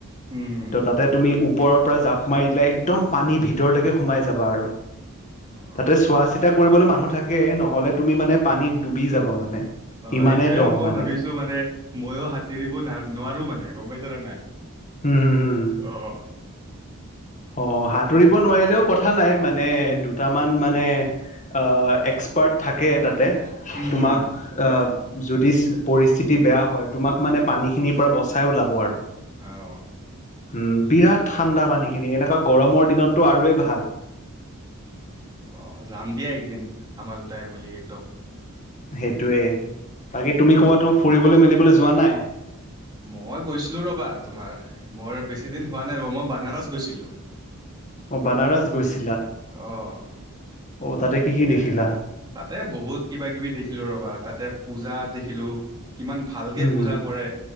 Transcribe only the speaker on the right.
হুম, হুম,
অঁ।
অ
সেইটোয়ে
মই
ভাবিছো মানে মইও হাতোৰিব ন নেজানো মানে আৰু, গম পাইছে নে নাই?
অ অ
উম,
হুম,
অঁ
অ', যাম দিয়া একদিন আমাৰ দুটাই মেলি একদম
মই গৈছিলোঁ ৰ'বা তোমাৰ মোৰ বেছিদিন হোৱা নাই ৰ'বা মই বানাৰছ গৈছিলোঁ
আহ।
এ,
তাতে বহুত কিবা কিবি দেখিলো ৰবা তাতে পূজা দেখিলো, কিমান ভালকে
পূজা কৰে।